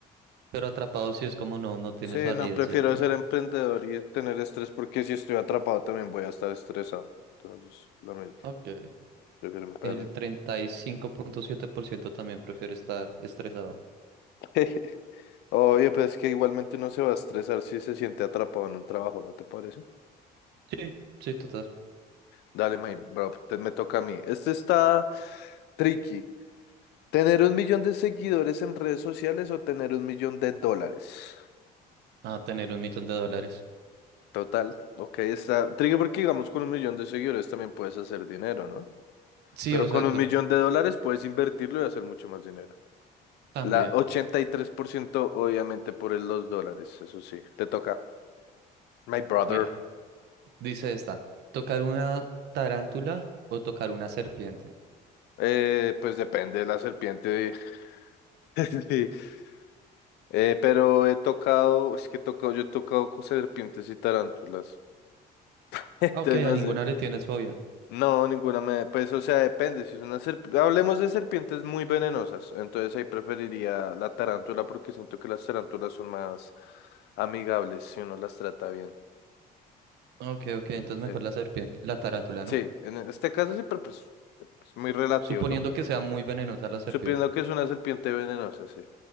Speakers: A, on the right; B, on the left.
A: Pero atrapado si es como no, no tiene
B: Sí,
A: salida,
B: no, prefiero
A: ¿cierto?
B: ser emprendedor y tener estrés porque si estoy atrapado también voy a estar estresado. Entonces, lo mismo,
A: Ok.
B: prefiero emprender.
A: El treinta y cinco punto siete por ciento también prefiere estar estresado.
B: <laughs> Oye, pues es que igualmente uno se va a estresar si se siente atrapado en un trabajo, ¿no te parece?
A: Sí. Sí, total.
B: Dale, my bro, te- me toca a mí. Este está tricky. ¿Tener un millón de seguidores en redes sociales o tener un millón de dólares?
A: A tener un millón de dólares.
B: Total, ok, está tricky porque digamos con un millón de seguidores también puedes hacer dinero, ¿no?
A: Sí,
B: Pero
A: o
B: con
A: sea, t-
B: un millón de dólares puedes invertirlo y hacer mucho más dinero.
A: también.
B: La 83%, obviamente por el- los dólares, eso sí, te toca. My brother.
A: Mira, dice esta, ¿tocar una tarántula o tocar una serpiente?
B: Eh, pues depende de la serpiente. <laughs> Eh, pero he tocado, es que he tocado, yo he tocado con serpientes y tarántulas. <laughs> Entonces
A: Ah, ok, a
B: no
A: ninguna
B: sé,
A: le tienes fobia.
B: no, ninguna me, pues o sea, depende, si es una serpiente, hablemos de serpientes muy venenosas, entonces ahí preferiría la tarántula porque siento que las tarántulas son más amigables si uno las trata bien.
A: Ok, ok, entonces mejor
B: Sí,
A: la serpiente, la tarántula,
B: sí,
A: ¿no?
B: en este caso sí, pero pues es muy relativo,
A: Suponiendo
B: son,
A: que sea muy venenosa la serpiente.
B: suponiendo que es una serpiente venenosa, sí.